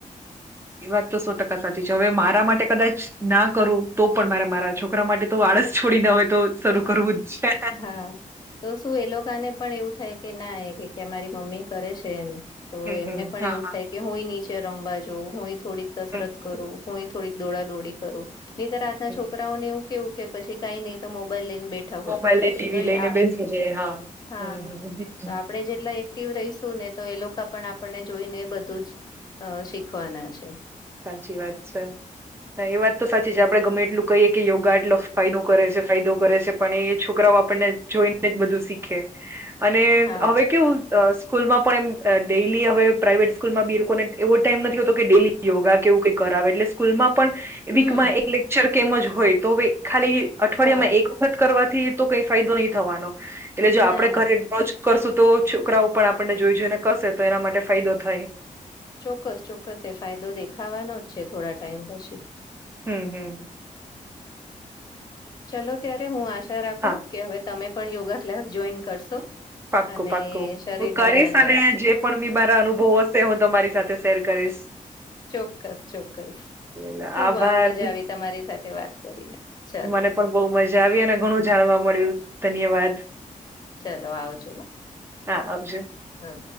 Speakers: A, on the right; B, on the left.
A: એ વાત તો સો ટકા સાચી છે હવે મારા માટે કદાચ ના કરું તો પણ મારે મારા છોકરા માટે તો આળસ છોડી ના હોય તો શરૂ કરવું જ છે.
B: હા તો શું એ લોકોને પણ એવું થાય કે ના એ કે અમારી મમ્મી કરે છે એમ તો એમને
A: હમ
B: પણ
A: હા
B: એવું
A: હા
B: થાય કે હું નીચે રમવા જો હું. થોડીક કસરત
A: હમ હમ
B: કરું હુંય થોડીક દોડા દોડી કરું, નનીતર આજના
A: હમ.
B: છોકરાઓને એવું. કેવું કે પી કઈ નઈ તો મોબાઈલ લઈને બેઠા હોય
A: મોબાઈલ ને ટીવી
B: તો
A: લઈને
B: હા
A: બેસી જાય હા
B: આપણે
A: હમ હમ
B: જેટલા. એક્ટિવ રહીશું ને તો એ લોકો પણ આપણને જોઈને બધું જ શીખવાના છે.
A: સાચી વાત સર. હા એ વાત તો સાચી છે આપડે ગમે એટલું કહીએ કે યોગા એટલો ફાયદો કરે છે ફાયદો કરે છે પણ એ છોકરાઓ. આપને જોઈને જ બધું શીખે અને
B: હા
A: હવે કેવું. સ્કૂલમાં પણ એમ ડેલી હવે પ્રાઇવેટ સ્કૂલમાં બી લોકોને એવો ટાઈમ નથીતો કે ડે. યોગા કેવું કઈ કરાવે એટલે સ્કૂલમાં પણ
B: હમ
A: વીકમાં એક લેક્ચર કેમ જ હોય તો હવે ખાલી. અઠવાડિયા
B: હા
A: માં એક વખત કરવાથી તો કઈ ફાયદો નહી થવાનો એટલે જો આપડે
B: ના ના
A: ઘરે રજ. કરશું તો છોકરાઓ પણ આપણને જોઈ જોઈને કરશે તો એના માટે ફાયદો થાય.
B: ચોક્કસ ચોક્કસ એ ફાયદો દેખાવાનો જ છે થોડા ટાઈમ પછી.
A: હમ હમ.
B: ચલો ત્યારે હું આશા રાખું
A: હા
B: કે હવે તમે પણ યોગા ક્લાસ જોઈન કરશો.
A: પાક્કું
B: અને
A: પાક્કોું
B: શરીરનું
A: હું કરીશ
B: ધ્યાન
A: અને
B: રાખશો.
A: જે પણ બી મારા અનુભવ હશે હું તમારી સાથે. શેર કરીશ.
B: ચોક્કસ ચોક્કસ
A: એટલે
B: ખુબ
A: આભાર
B: મજા આવી તમારી સાથે વાત કરીને. ચલો
A: મને પણ બહુ મજા આવી
B: હા
A: અને ઘણું જાણવા મળ્યું ધન્યવાદ.
B: ચલો આવજો.
A: હા આવજ.
B: હા.